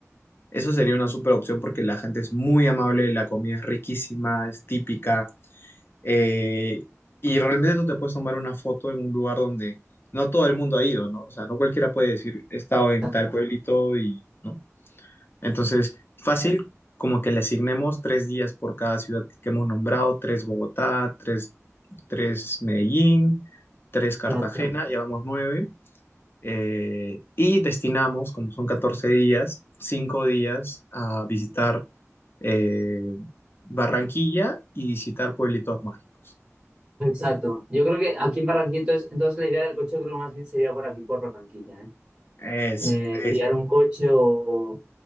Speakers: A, on the left; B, on the right.
A: Eso sería una super opción porque la gente es muy amable, la comida es riquísima, es típica, eh, y realmente tú te puedes tomar una foto en un lugar donde no todo el mundo ha ido, ¿no? O sea, no cualquiera puede decir, he estado en
B: exacto,
A: tal pueblito y, ¿no? Entonces, fácil, como que le asignemos tres días por cada ciudad que hemos nombrado, tres Bogotá, tres, tres Medellín, tres Cartagena,
B: exacto.
A: llevamos nueve, eh, y destinamos, como son 14 días, cinco días a visitar eh, Barranquilla y visitar pueblitos mágicos.
B: Exacto. Yo creo que aquí en Barranquilla, entonces, entonces la idea del coche creo que más bien sería por aquí, por Barranquilla, ¿eh?
A: Eso,
B: Eh,
A: eso.
B: pillar un coche o,